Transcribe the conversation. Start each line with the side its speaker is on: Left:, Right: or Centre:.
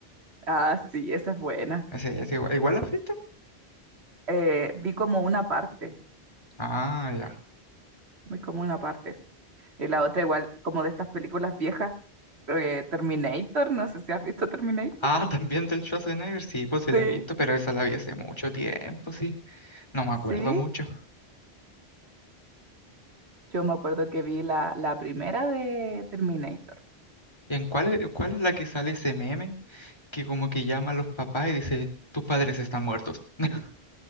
Right: ah, sí, esa es buena.
Left: Ese- ese igual, ¿igual la has visto?
Right: Eh, vi como una parte,
Left: Ah, ya.
Right: vi como una parte. Y la otra igual, como de estas películas viejas, eh, Terminator, no sé si has visto Terminator.
Left: Ah, <laughs> también del Schwarzenegger, sí, pues sí la
Right: Sí,
Left: he visto, pero esa la vi hace mucho tiempo, sí. No me acuerdo
Right: sí,
Left: mucho.
Right: yo me acuerdo que vi la, la primera de Terminator.
Left: ¿Y en cuál es, cuál es la que sale ese meme que como que llama a los papás y dice, tus padres están muertos? <laughs>